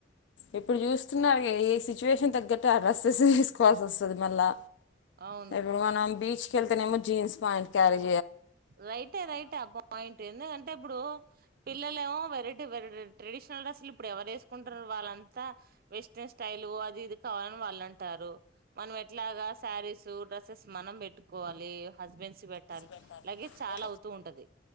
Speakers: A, on the left (about 70°); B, on the right (about 50°).
A: ఎప్పుడు చూస్తున్నారు ఏస సిచువేషన్ తగ్గట్టుఆ డ్రెస్సెస్ వేసుకోవాలిసి వస్తుంది మళ్ళీ
B: అవును
A: ఇప్పుడు మనం బీచ్ అక్కడికి వెళ్తేనమో jean pant carrot
B: right right ఆ పాయింట్ ఎందుకంటే ఇప్పుడు పిల్లలే ఏమో వెరైటీ వెరైటీ ట్రెడిషనల్ డ్రెస్సులు ఇప్పుడు ఎవరు వేసుకుంటారు వాళ్ళంత వెస్టర్న్ స్టైల్ అది ఇది కావాల ని వాళ్ళుంటారు మనం ఎట్లాగా శారీస్ డ్రెస్సెస్ మనం పెట్టుకోవాలి హస్బెండ్స్ పెట్టాలి
A: చ
B: లగేజ్ చాలా అవుతూ ఉంటది